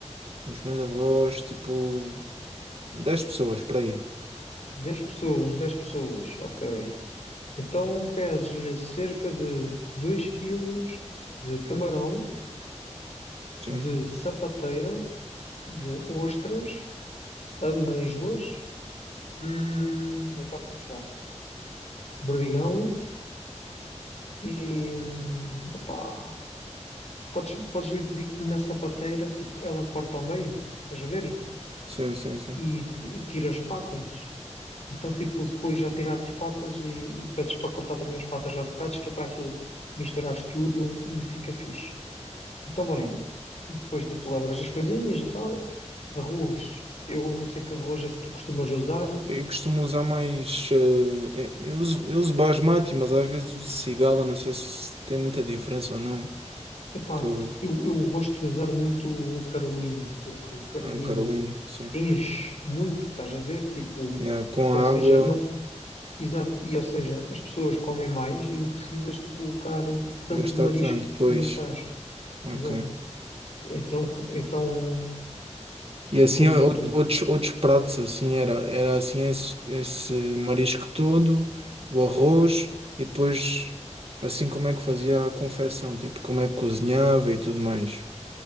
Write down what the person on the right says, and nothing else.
os meus avós, tipo 10 pessoas, para aí.
Sim,
sim, sim, sim.
Eu costumo usar mais. eh, é, eu uso, eu uso basmati, mas às vezes uso cigala. Não sei se tem muita diferença ou não.
Do,
ah, o Carolino, sim.
Yeah, com
a
água,
gastar
tanto, pois.
Ok.
E assim,
ou- outros, outros pratos, assim, era, era assim esse, esse marisco todo, o arroz, e depois, assim, como é que fazia a confecção, tipo, como é que cozinhava e tudo mais.